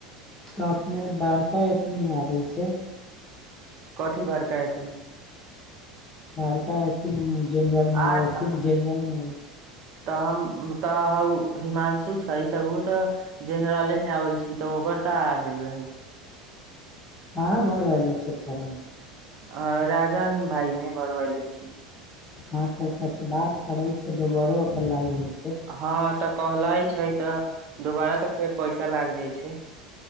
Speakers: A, on the left; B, on the right.
A: तऽ अपने बड़ता अथीमे आ जाय छै
B: कथी बारका अथि में
A: लड़का एथिन जेनरल में
B: अच्छा
A: एथीन जेनरल मे हो छै
B: तऽ हम तऽ उ हिमांशु छै तऽ ओ तऽ जेनरले में आबै छै तऽ ओकर तऽ आ गेल रहल छै
A: कहाँ भरबैले छै फारम
B: अ राजान भाई मे भरबैले छी
A: ह त ओकर से बात करै छै दोबारो अप्लाय होइ छै
B: हँ, तऽ कहला छै तऽ दोबारा तऽ फेर पैसा लाग जाइ छै।